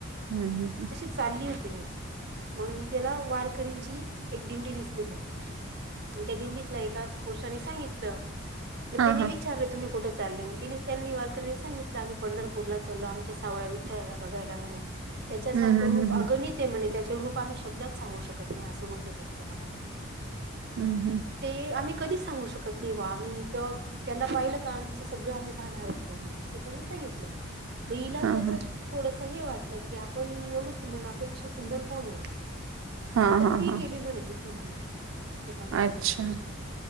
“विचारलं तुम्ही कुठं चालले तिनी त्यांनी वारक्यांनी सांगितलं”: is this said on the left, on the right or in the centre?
Right